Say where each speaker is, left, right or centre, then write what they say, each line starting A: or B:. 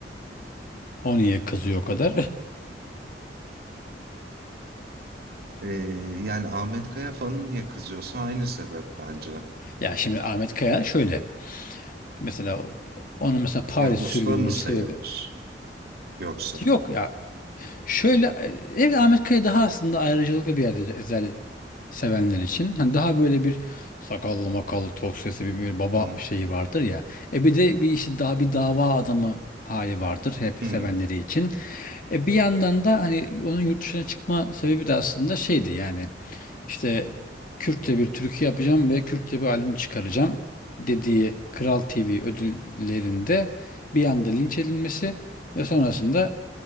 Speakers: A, on the left (about 50°); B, on the right (about 60°).
A: O niye kızıyor o kadar? <laughs>
B: E, yani Ahmet Kaya fanı niye kızıyorsa aynı sebep bence.
A: Ya şimdi Ahmet Kaya şöyle. Mesela onun mesela Paris
B: Ya usta
A: sürgününün
B: mı sayılır
A: sebebi
B: yoksa?
A: yok ya Şöyle evet Ahmet Kaya daha aslında ayrıcalıklı bir yerdir Ezel sevenler için. Hani daha böyle bir sakallı makallı tok sesi bir, bir baba
B: Hı hı.
A: şeyi vardır ya. E bir de bir işte daha bir dava adamı hali vardır hep
B: Hı.
A: sevenleri için. E bir yandan da hani onun yurt dışına çıkma sebebi de aslında şeydi yani işte Kürtçe bir türkü yapacağım ve Kürtçe bir albüm çıkaracağım dediği Kral TV ödüllerinde bir anda linç edilmesi ve sonrasında